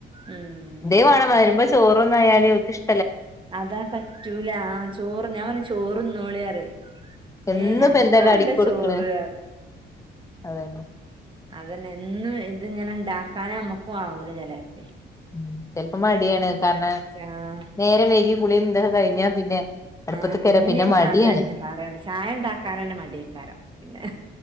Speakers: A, on the right (about 25°); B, on the left (about 15°).
A: ഉം
B: എന്തേം വേണം വരുമ്പൊ ച ചോറൊന്നായാല് ഓൽക് ഇഷ്
A: അതാ പറ്റൂല ആ ചോറ് ഞാൻ പറിം ചോർന്നോളി പറിം
B: എന്നും
A: ഏ ഞങ്ങൾക്ക്
B: ഇപ്പ എന്താ
A: വാണ്ടാ
B: കാടി കൊടുക്കണ്
A: ചോറ് പറിം.
B: അതന്നെ
A: അതന്നെ എന്നും ഇത്ങ്ങനെ ണ്ടാക്കാന് ഞമ്മക്കു ആവൂല ചെലേപ്പെ
B: ഉം ചെൽപ്പം മടിയാണ് കാരണം
A: ആഹ്
B: നേരം വയ്കി കുളിം ഇതൊക്കെ കഴിഞ്ഞാ പിന്നെ അട്പ്പത്ത്ക്ക്
A: ആഹ് പിന്നിം
B: വെരാൻ പിന്നെ മടിയാണ്
A: അതന്നെ പറയണ്ട ചായ ഇണ്ടാക്കാനന്നെ മടിയേക്കാരം പിന്നെ